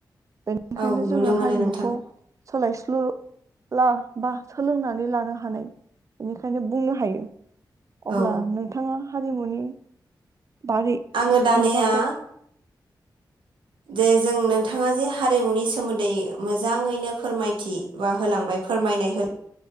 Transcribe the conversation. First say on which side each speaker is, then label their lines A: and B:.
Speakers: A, on the right (about 40°); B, on the right (about 85°).
A: बेंखायनो
B: औ
A: जोङो
B: नुनो मोनो
A: हारिमुखौ
B: नोंथां
A: सोलायस्लु ला बा सोलोंनानै लानो हानाय बेनिखायनो बुंनो हायो। अब्ला
B: औ
A: नोंथाङा हारिमुनि बारै
B: आङो दानिया
A: माबाफोर
B: जे जों नोंथाङा जे हारिमुनि सोमोन्दै मोजाङैनो फोरमायथि बा होलांबाय फोरमायनाय हो